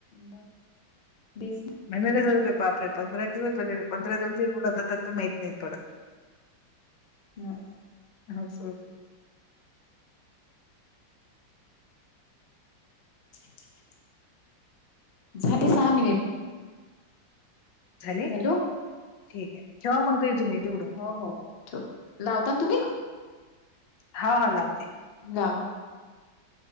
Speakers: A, on the left (about 55°); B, on the left (about 75°).
A: मग वीस
B: महिन्याला जातात ते बापरे पंधरा दिवस म्हणजे पंधरा दिवसही कुठ जातात तर माहीत नाहीत पडत
A: हो,
B: अस होतंय
A: ठीक ठीक. झाले सहा मिनिट
B: झाले
A: हॅलो,
B: ठीक आहे कव्हा मग तुम्ही तडून
A: हो, हो. ठेव. लावता ना तुम्ही?
B: हा हा लावते.
A: गावा